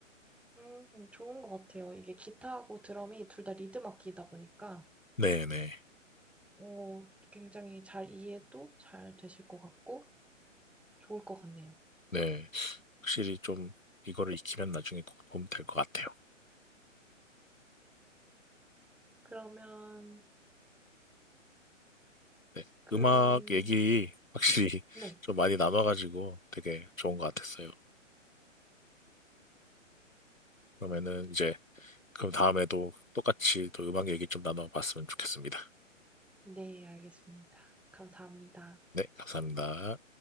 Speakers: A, in the centre; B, on the left.
A: 음, 좋은 것 같아요. 이게 기타하고 드럼이 둘 다 리듬 악기이다 보니까,
B: 네네.
A: 어, 굉장히 잘 이해도 잘 되실 것 같고, 좋을 것 같네요.
B: 네. 확실히 좀 이거를 익히면 나중에 꼭 도움 될 것 같아요.
A: 그러면
B: 네.
A: 그런,
B: 음악 얘기 확실히
A: 네.
B: <laughs> 좀 많이 나눠가지고 되게 좋은 것 같았어요. 그러면은 이제 그럼 다음에도 똑같이 또 음악 얘기 좀 나눠봤으면 좋겠습니다.
A: 네, 알겠습니다. 감사합니다.
B: 네, 감사합니다.